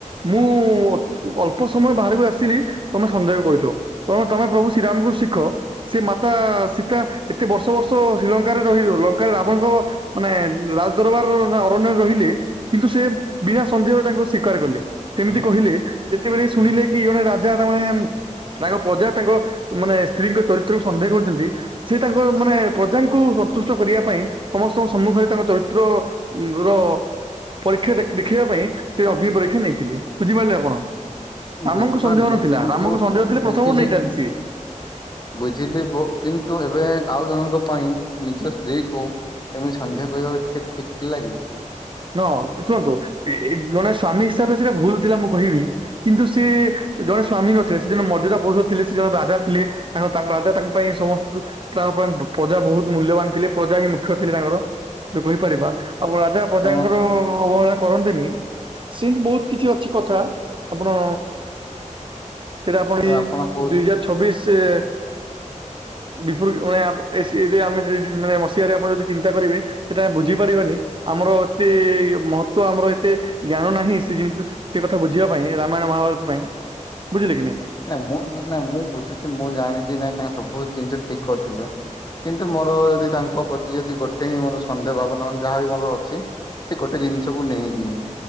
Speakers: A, on the right; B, on the left.
A: ମୁଁ ଅଳ୍ପ ସମୟ ବାହାରକୁ ଆସିଲି ତମେ ସନ୍ଦେହ କରୁଛ ତ ତମ ପ୍ରଭୁ ଶ୍ରୀରାମ କ ଶିଖ ସେ ମାତା ସୀତା ଏତେ ବର୍ଷ ବର୍ଷ ଶ୍ରୀଲଙ୍କାରେ ରହି ଲଙ୍କାରେ ରାବଣଙ୍କ ମାନେ ରାଜ ଦରବାର ଅରଣ୍ୟରେ ରହିଲେ କିନ୍ତୁ ସେ ବିନା ସନ୍ଦେହଳେ ତାଙ୍କୁ ସ୍ୱୀକାର କଲେ। ସେମିତି
B: ମୁଁ-
A: କହିଲେ ଯେତେବେଳେ
B: ହୁଁ
A: ଶୁଣିଲେ କି ଜଣେ ରାଜା ତମାନେ ତାଙ୍କ ପ୍ରଜା ତାଙ୍କ ମାନେ ସ୍ତ୍ରୀଙ୍କ ଚରିତ୍ରକୁ ସନ୍ଦେହ କରୁଛନ୍ତି ସେ ତାଙ୍କ ମାନେ ପ୍ରଜାଙ୍କୁ ସନ୍ତୁଷ୍ଟ କରିବା ପାଇଁ ସମସ୍ତଙ୍କ ସମ୍ମୁଖରେ ତାଙ୍କ ଚରିତ୍ର ର ପରୀକ୍ଷା ଦେଖ ଦେଖିବା ପାଇଁ ସେ ଅଗ୍ନି ପରୀକ୍ଷା ନେଇଥିଲେ ବୁଝିପାରିଲେ ଆପଣ। ରାମଙ୍କୁ
B: ବୁଝିପାରିଲି
A: ସନ୍ଦେହ ନଥିଲା
B: କିନ୍ତୁ
A: ରାମକୁ ସନ୍ଦେହ ଥିଲେ ପ୍ରଥମରୁ
B: ବୁଝିଲେନି
A: ନେଇଥାନ୍ତି ସିଏ।
B: ବୁଝିଲି ବ କିନ୍ତୁ ଏବେ ଆଉ ଜଣଙ୍କ ପାଇଁ ନିଜ ସ୍ତ୍ରୀ କୁ ଏମିତି ସନ୍ଧ୍ୟା କରିବା କେ ଠିକ ଥିଲାକି।
A: ହଁ ଶୁଣନ୍ତୁ ଜଣେ ସ୍ଵାମୀ ହିସାବରେ ସେଇଟା ଭୁଲ ଥିଲା ମୁଁ କହିବି କିନ୍ତୁ ସେ ଜଣେ ସ୍ଵାମୀ ନଥିଲେ ସେ ଜଣେ ମର୍ଯ୍ୟାଦା ପୁରୁଷ ଥିଲେ ସେ ଜଣେ ରାଜା ଥିଲେ। ଆ ତାଙ୍କ ରାଜା ତାଙ୍କ ପାଇଁ ସମସ୍ତ ତାଙ୍କ ପାଇଁ ପ୍ରଜା ବହୁତ ମୂଲ୍ୟବାନ ଥିଲେ ପ୍ରଜା ହିଁ ମୁଖ୍ୟ ଥିଲେ ତାଙ୍କର ଯୋଉ କହିପାରିବା ଆପ ପଜାଙ୍କର
B: ତ
A: ଅବହେଳା କରନ୍ତିନି ସେ ବହୁତ କିଛି ଅଛି କଥା ଆପଣ ସେଇଟା ଆପଣ
B: ତ
A: ଏ
B: କହୁଛି
A: ଦୁଇ ହଜାର ଛବିଶ ରେ <unintelligible> ମାନେ ମସିଆରେ ଆପଣ ଯଦି ଚିନ୍ତା କରିବେ ସେଟା ବୁଝିପାରିବାନି ଆମର ଏତେ ମହତ୍ୱ ଆମର ଏତେ ଜ୍ଞାନ ନାହିଁ ସେ ଜିନିଷ ସେ କଥା ବୁଝିବା ପାଇଁ ରାମାୟଣ ମହାଭାରତ ପାଇଁ। ବୁଝିଲେ କି ନାଁଇ।
B: ନଁ ମୁଁ ନାଁ ମୁଁ ବୁଝୁଛି ମୁଁ ଜାଣିଛି ନାଇଁ ତାଙ୍କ ସବୁ ଜିନିଷ ଠିକ କରିୁଥିଲେ। କିନ୍ତୁ ମୋର ଯଦି ତାଙ୍କ ପ୍ରତି ଯଦି ଗୋଟେ ହିଁ ମୋର ସନ୍ଦେହ ଭାବନା ମାନେ ଯାହାବି ମୋର ଅଛି ସେ ଗୋଟେ ଜିନିଷକୁୁ ନେଇକି।